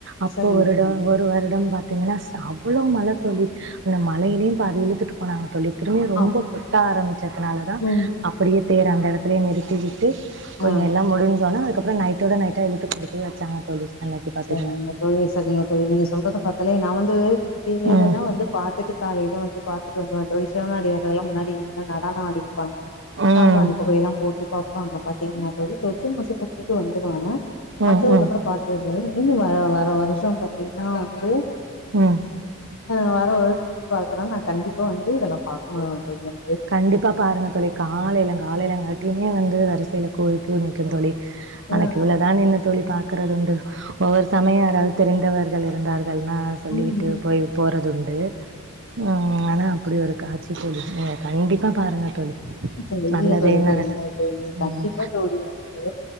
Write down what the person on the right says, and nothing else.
அப்போ
வருட
ஒரு வருடம் பாத்தீங்கன்னா செ அவ்ளோ மழை தோழி அந்த மழையிலையும் பாதி இழுத்துட்டு போனாங்க தோழி திரும்பியு ரொம்ப
கொட்ட ஆரம்பிச்சதுனாலதா
அப்படியே
தேர அந்த இடத்துலயே நிறுத்தி விட்டு கொஞ்ச
எல்லாம் முடிஞ்சோன்ன அதுக்கு அப் றோ நைட்டோட நைட்டா இழுத்து கொண்டு போய் வச்சாங்க தோழி அன்னைக்கு பாத்தீங்கன்னா.
ம்
ம்
ம்
ம்
ம்
கண்டிப்பா பாருங்க தோழி காலையில காலையிலங்காட்டியுமே வந்து வரிசையில கோவில் க்யூ நிக்கு தோழி
அங்க க்யூலதா
நின்னு தோழி பாத் க்கிறது உண்டு ஒவ்வொரு சமயம் யாராவது தெரிந்தவர்கள் இருந்தார்கள்ன்னா சொல்விட்டு
போயி போறதுண்டு ம் அதா அப்டி ஒரு காட்சி தோழி நீங்க கண்டிப்பா பாருங்க தோழி
நல்லதே
நடக்கு
ம்